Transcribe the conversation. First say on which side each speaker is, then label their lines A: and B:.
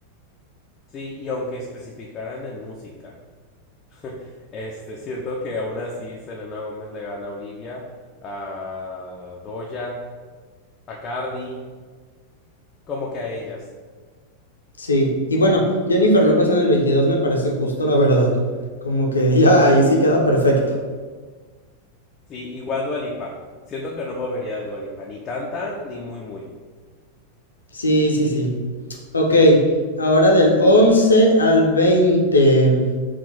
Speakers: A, on the left; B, on the left.
A: Sí, y aunque especificaran en música, <laughs> este, siento que aún así Selena Gómez le gana a Olivia, a Doja, a Cardi, como que a ellas.
B: Sí, y bueno, Jennifer López en el 22 me parece justo, la verdad. Como que ya ahí sí queda perfecto.
A: Sí, igual Dua Lipa. Siento que no movería a Dua Lipa, ni tan tan, ni muy muy.
B: Sí, sí, sí. Ok, ahora del 11 al 20.